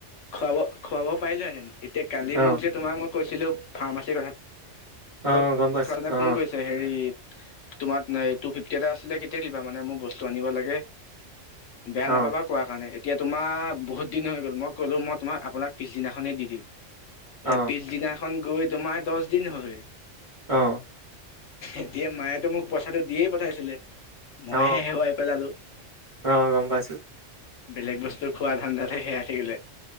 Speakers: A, on the left; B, on the right.
A: খুৱাব খুৱাব পাৰিলোহেতিন এতিয়া কালি
B: অ
A: মোক যে তোমাক মই কৈছিলো, ফাৰ্মাচীৰ কথা
B: অ
A: টো
B: গম পাইছো
A: কাৰণে
B: অ
A: ফোন কৰিছে হেৰিত তোমাৰ টু ফিফটি এটা আছিলে, কেতিয়া দিবা মানে মোৰ বস্তু আনিব লাগে বেয়া
B: অ
A: নাপাবা কোৱা কাৰণে এতিয়া তোমাৰ বহুত দিন হৈ গ'ল, মই ক'লো মই তোমাক আপোনাক পিছদিনাখনেই দি দিম।
B: অ
A: এতিয়া পিছদিনাখন গৈ তোমাৰ দশ দিন হয়।
B: অঁ
A: এতিয়া মায়েতো মোক পইচাটো দিয়েই পঠাইছিলে। মই
B: অ অ
A: হে হেৰুৱাই পেলালো,
B: অ গম পাইছো
A: বেলেগ বস্তু খোৱা ধান্দা তে সেৰাই থাকিলে।